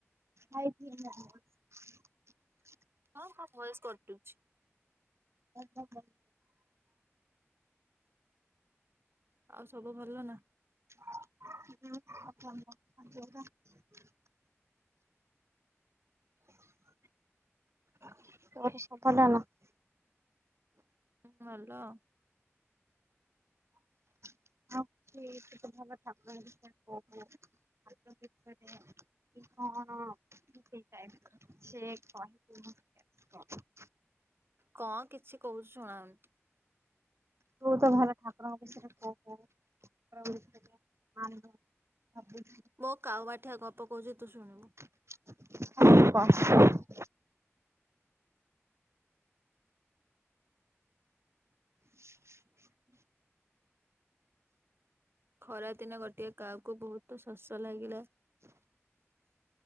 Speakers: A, on the right; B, on the right.
A: ଖାଇଥିଲି ନା <inaudible>
B: ହଁ ହଁ ବୟସ କଟୁଛି।
A: କଣ କହ।
B: ଆଉ ସବୁ ଭଲ ନା।
A: ହୁଁ <inaudible>
B: <inaudible>
A: <unintelligible>
B: ହୁଁ ଭଲ। <inaudible>
A: <unintelligible> ହଁ ସେ କହିକି <unintelligible>
B: କଣ କିଛି କହୁଚୁ ଶୁଣାଯାଉନି।
A: ତୁ ତ ଭଲ ଠାକୁରଙ୍କ କୋଉ କୋଉ <inaudible> ଆଣି ଦବୁ।
B: ମୋ କାଉ ମାଠିଆ ଗପ କହୁଛି ତୁ ଶୁଣିବୁ।
A: <unintelligible> <inaudible>
B: ଖରା ଦିନ ଗୋଟିଏ କାଉ କୁ ବହୁତ ଶସ ଲାଗିଲା।